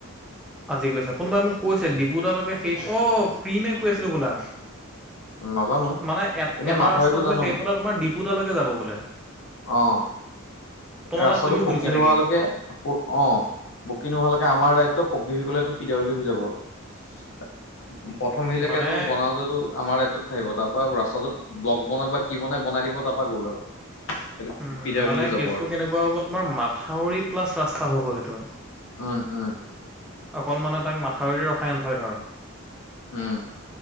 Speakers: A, in the centre; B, on the left.
A: আজি কৈছে কোনোবাই মোক কৈছে ডিপুতালৈকে সেই অ প্ৰিমে কৈ আছিলে বোলা।
B: নাজানো
A: মানে এ
B: এনেই
A: এটা
B: মাথাউৰিটো
A: ৰাস্তা বোলে
B: জানো
A: সেইফালে তোমাৰ ডিপুতালৈকে যাব বোলে।
B: অ
A: তোমালোক
B: ৰাস্তাটো
A: তুমি শুনিছা
B: পকী নোহালৈকে
A: নেকি?
B: অ পকী নোহোৱালৈকে আমাৰ
A: উম
B: দায়িত্ব পকী হৈ গ'লে। পিদাব্লউদি হৈ যাব। প্ৰথম হেৰিলৈকে
A: মানে
B: বনাওতেটো আমাৰে। ত থাকিব তাৰ পৰা ৰাস্তাটো ব্লক বনাই বা কি বনাই বনাই দিব তাৰ পৰা গ'ল আৰু। সেইটো
A: উম
B: পিদাব্লউদি
A: মানে
B: লৈ যাব
A: কেচটো
B: আৰু।
A: কেনেকুৱা হ'ব তোমাৰ মাথাউৰি প্লাছ ৰাস্তা হ'ব। ব সেইটো।
B: উম উম।
A: অকলমানে তাক মাথাউৰি ৰসায়ন হয় ধৰ।
B: হুম।